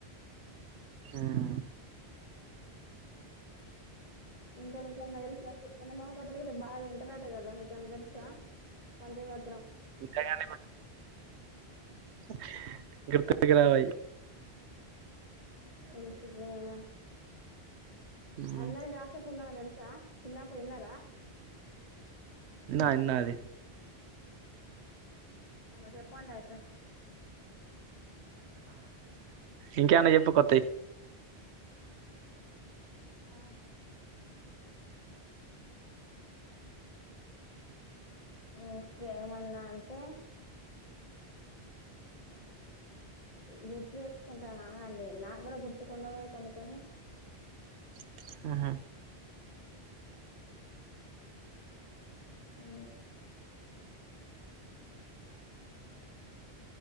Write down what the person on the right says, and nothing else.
హ్మ్
ఇంకా గానే <unintelligible> గుర్తు గయి
హ్మ్.
నాన్నది
ఇంకేనా చెప్పు కొత్తాయి
క్లి ఆహ